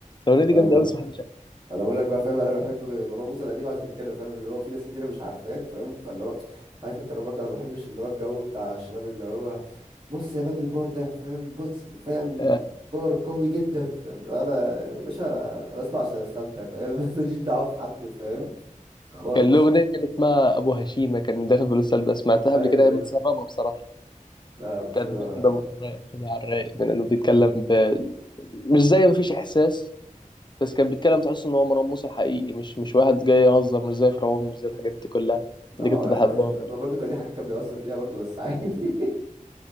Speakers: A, on the left; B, on the right.
A: الأغنية دي
B: ما
A: جامدة أوي بس محدش عارفها
B: انا بقول لك بقى فاهم انا بحب مروان موسى القديم عشان كده فاهم اللي هو في ناس كتيره مش عارفاه فاهم فاللي هو عارف انت لو برضه انا ما بحبش اللي هو الجو بتاع الشباب اللي هو بص يا مان البار ده فاهم بص فاهم
A: آه،
B: بار قوي جدا فاهم لا، انا يا باشا انا أنا بسمع عشان استمتع فاهم <laughs> ماليش دعوه بحد فاهم خالص
A: كان له أغنية كانت اسمها أبو هشيمة كان داخل في الأستاذ بس سمعتها
B: ايوه
A: قبل كده هي
B: ايوه
A: متسربة بصراحة
B: لا ابو شيما
A: كانت جامدة برضه رايقة كده على الرايق من انه بيتكلم ب... مش زي مفيش احساس بس كان بيتكلم تحس ان هو مروان موسى الحقيقي مش مش واحد جاي يهزر مش زي فرعون مش زي الحاجات دي كلها
B: لا
A: دي
B: ما
A: كنت بحبها برضه
B: ما برضه كان ليه حاجات كان بيهزر فيها برضه بس عادي <laughs>